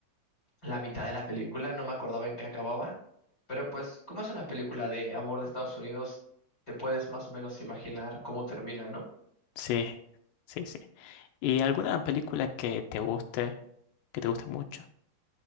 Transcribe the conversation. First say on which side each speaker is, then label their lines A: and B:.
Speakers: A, on the left; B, on the left.
A: la mitad de la película, no me acordaba en qué acababa, pero pues como es una película de amor de Estados Unidos, te puedes más o menos imaginar cómo termina, ¿no?
B: Sí, sí, sí. ¿Y alguna película que te guste, que te guste mucho?